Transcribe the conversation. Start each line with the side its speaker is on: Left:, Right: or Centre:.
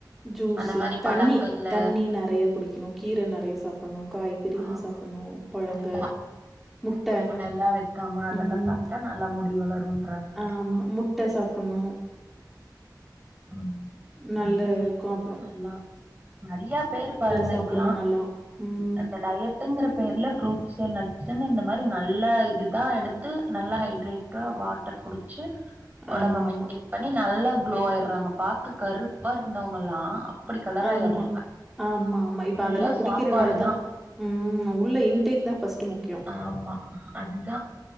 Centre: ஜூஸ்ஸு
Right: அந்த மாரி
Centre: தண்ணி
Right: பழங்கள்ல
Centre: தண்ணி நெறைய குடிக்கணு கீர நெறைய சாப்பிட்ணு காய்கறிங்க
Right: ஆமா
Centre: சாப்பிட்ணு பழங்க
Right: நல்லா
Centre: முட்ட
Right: கருவேப்பில எல்லா வெக்காம அதெல்லா
Centre: ம்.
Right: சாப்ட்டா நல்லா முடி வளருன்றாங்க
Centre: ஆமா முட் ட சாப்புட்ணு
Right: ம்
Centre: நல்லா
Right: சாப்ட்டாவே
Centre: இருக்கு அப்புறொ
Right: நல்லா நெறைய பேரு பாருங்க
Centre: சாப்புட்ணு
Right: இப்பல்லாம
Centre: நல்லா ம்
Right: அந்த டயட் டுங்குற பேர்ல ஃப்ரூட்ஸ் நட்சுன்னு இந்த மாரி நல்ல இதுதா எடுத்து நல்லா ஹைட்ரேட்டா வாட் டர் குடிச்சு ஒடம்ப
Centre: ஆமா
Right: மெயின்டெயின்
Centre: ஆமா
Right: பண்ணி நல்லா க்ளோ ஆயிரு றாங்க பாக்க கருப்பா இருந்தவங்கல்லா அப்டி கலர்
Centre: ஆம்மா
Right: ஆயிடுறாங்க
Centre: ஆம்மா ஆமா
Right: ஃபுல்லா
Centre: இப்ப அதெல்லா குடிக்கிறதுனாலதா
Right: சாப்பாடுதா
Centre: ம் உள்ள இன்டேக்தா ஃபர்ஸ்ட்டு முக்கிய
Right: ஆமா அதுதா